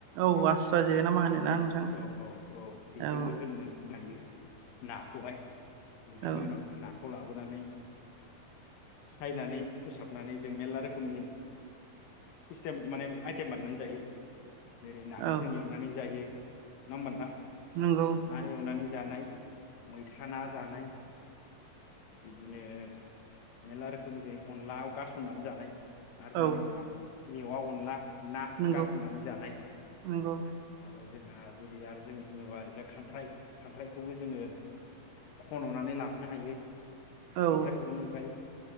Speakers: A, on the right; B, on the left.
A: औ आस्रा जेना मा होनोना नोंथां
B: औ औ औ बेजोंबो
A: औ।
B: <unintelligible> नाखौहाय बिनि
A: औ
B: उनाव जों नाखौ। खौ लाबोनानै सायनानै फोसाबनानै जों मेल्ला रोखोमनि इस्तेम माने आइटेम बानायनानै जायो। जेरै नाखौ
A: औ
B: जों एवनानै जायो। नङा ओमबा नोंथां।
A: नंगौ
B: ना एवनानै। जानाय मैथा ना जानाय बिदिनो मेल्ला रोखोमनि जों अनला गारसननानै जानाय आरो दा
A: औ
B: नै जोंहा मेवा अनला
A: नंगौ
B: गारसननानै जानाय
A: नंगौ
B: आरो जोंहा जुदि आरो जों बुङोबा ओरैजा खांख्राइ खांख्राइखौबो जोङो खन'नानै लाबोनो हायो
A: औ
B: खांख्राइ गुदुंनिफ्राय